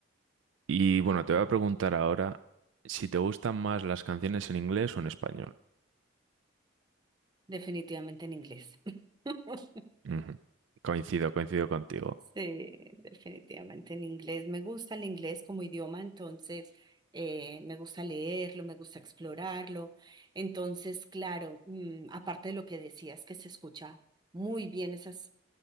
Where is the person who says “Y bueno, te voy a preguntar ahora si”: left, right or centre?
Right